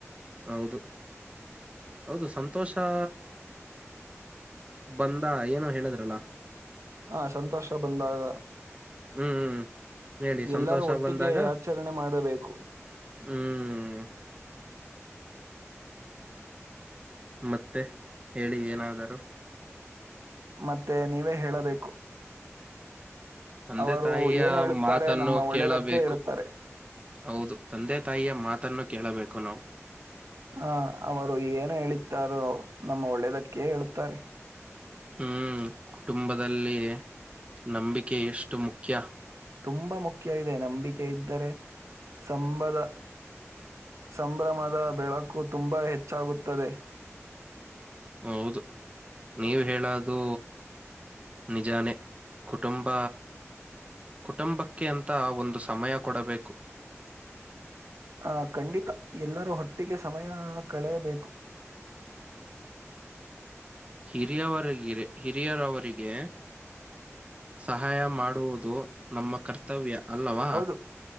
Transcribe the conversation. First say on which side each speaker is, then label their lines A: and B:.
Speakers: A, on the right; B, on the right.
A: ಹೌದು ಹೌದು ಸಂತೊಷಾ ಬಂದ ಏನೋ ಹೇಳಿದ್ರಲ
B: ಹ ಸಂತೋಷ ಬಂದಾಗ
A: ಹ್ಮ್ ಹೇಳಿ ಸಂತೋಷ
B: ಎಲ್ಲರೂ ಒಟ್ಟಿಗೆ
A: ಬಂದಾಗ
B: ಆಚರಣೆ ಮಾಡಬೇಕು
A: ಹ್ಮ್ ಮತ್ತೆ ಹೇಳಿ ಏನಾದರೂ
B: ಮತ್ತೆ ನೀವೇ ಹೇಳಬೇಕು
A: ತಂದೆ
B: ಅವರು
A: ತಾಯಿಯ
B: ಏನು ಹೇಳುತ್ತಾರೆ
A: ಮಾತನ್ನು
B: ನಮ್ಮ ಒಳ್ಳೆಯದಕ್ಕೆ
A: ಕೇಳಬೇಕು
B: ಹೇಳುತ್ತಾರೆ
A: ಹೌದು ತಂದೆ ತಾಯಿಯ ಮಾತನ್ನು ಕೇಳಬೇಕು ನಾವು
B: ಆ ಅವರು ಏನು ಹೇಳುತ್ತಾರೋ ನಮ್ಮ ಒಳ್ಳೇದಕ್ಕೆ ಹೇಳುತ್ತಾರೆ
A: ಹ್ಮ್ ಕುಟುಂಬದಲ್ಲಿ ನಂಬಿಕೆ ಎಷ್ಟು ಮುಖ್ಯ
B: ತುಂಬಾ ಮುಖ್ಯ ಇದೆ ನಂಬಿಕೆ ಇದ್ದರೆ ಸಂಬದ ಸಂಭ್ರಮದ ಬೆಳಕು ತುಂಬಾ ಹೆಚ್ಚಾಗುತ್ತದೆ
A: ಹೌದು ನೀವ ಹೇಳೋದು ನಿಜಾನೆ ಕುಟುಂಬ ಕುಟುಂಬಕ್ಕೆ ಅಂತ ಒಂದು ಸಮಯ ಕೊಡಬೇಕು
B: <inaudible> ಆ ಖಂಡಿತ ಎಲ್ಲರೂ ಹೊಟ್ಟಿಗೆ ಸಮಯ ಕಳೆಯಬೇಕು <inaudible>
A: ಹಿರಿಯವ ಹಿರಿಯರವರಿಗೆ ಸಹಾಯ ಮಾಡುವುದು ನಮ್ಮ ಕರ್ತವ್ಯ ಅಲ್ಲವಾ
B: ಹೌದು